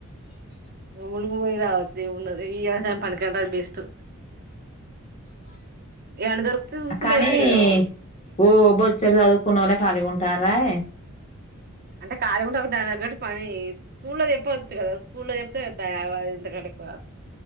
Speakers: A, on the right; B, on the left.
A: ములుగు పోయి రావచ్చు ఎం ఉన్నది ఈ యవసాయం పనికి క ఎంత బేస్టు ఏమన్నా దొరికితే చూసుకుంటే
B: కానీ
A: అయిపోయేది మరి
B: ఓ బొచ్చడు చదువుకున్నోళ్ళే ఖాలిగా ఉంటారు రాఎ
A: అంటే కాలిగుండ దగటు పని స్కూల్లా చెప్పచ్చు కదా స్కూల్లో చెప్తా ఐపాయ్ ఇంతకంటే ఎక్కువ